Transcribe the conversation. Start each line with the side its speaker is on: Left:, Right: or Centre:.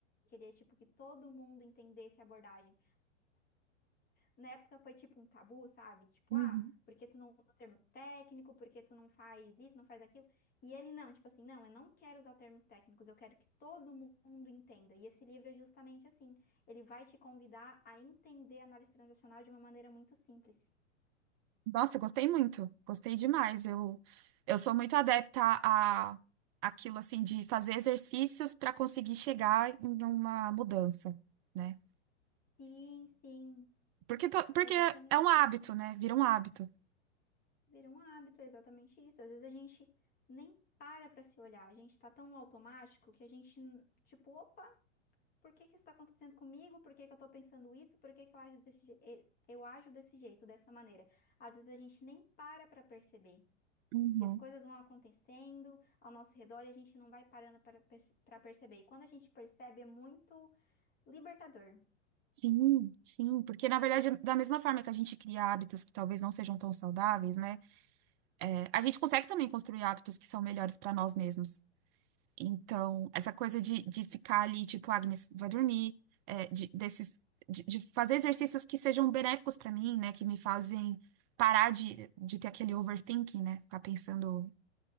Left: queria, tipo, que todo mundo entendesse a abordagem. Na época foi tipo um tabu, sabe? Tipo,
Right: uhum.
Left: ah, por que tu não usa o termo técnico? Por que tu não faz isso, não faz aquilo? E ele não, tipo assim, não, eu não quero usar termos técnicos, eu quero que todo mundo entenda. E esse livro é justamente assim, ele vai te convidar a entender a análise transacional de uma maneira muito simples.
Right: Nossa, eu gostei muito, gostei demais. Eu, eu sou muito adepta a aquilo assim de fazer exercícios para conseguir chegar em uma mudança, né?
Left: Sim, sim,
Right: Porque, to- porque
Left: exatamente
Right: é um hábito,
Left: isso.
Right: né? Vira um hábito.
Left: Vira um hábito, é exatamente isso. Às vezes a gente nem para pra se olhar, a gente tá tão no automático que a gente, tipo, opa, Por que que isso está acontecendo comigo? Por que que eu estou pensando isso? Por que que eu ajo desse, je- eh, eu ajo desse jeito, dessa maneira? Às vezes a gente nem para para perceber.
Right: Uhum.
Left: E as coisas vão acontecendo ao nosso redor e a gente não vai parando para perce- pra perceber. E quando a gente percebe, é muito libertador.
Right: Sim, sim, porque na verdade, da mesma forma que a gente cria hábitos que talvez não sejam tão saudáveis, né? é, a gente consegue também construir hábitos que são melhores para nós mesmos. Então, essa coisa de, de ficar ali, tipo, "Ah, Agnes, vai dormir, é, de, desses, de, de fazer exercícios que sejam benéficos para mim, né? Que me fazem parar de, de ter aquele overthinking, né? Ficar pensando